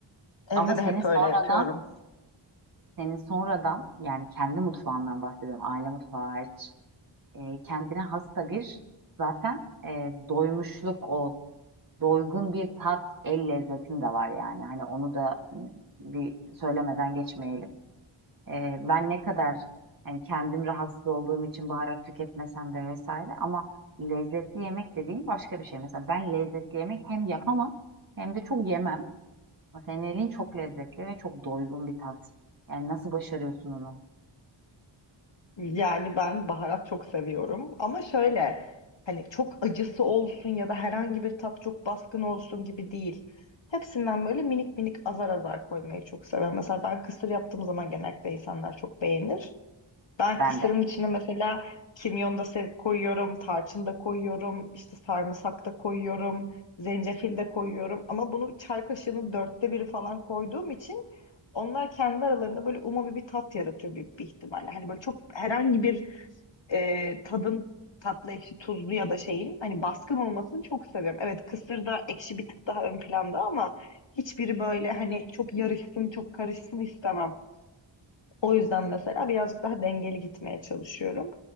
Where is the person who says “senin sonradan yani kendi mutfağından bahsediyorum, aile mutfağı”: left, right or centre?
Right